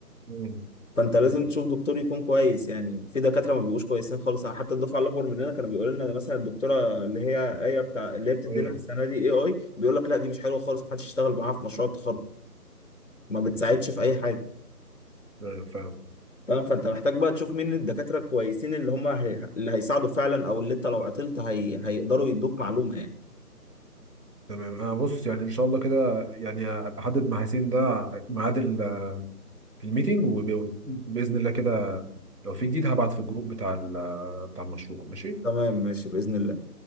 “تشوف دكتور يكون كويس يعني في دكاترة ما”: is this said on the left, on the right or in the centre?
Left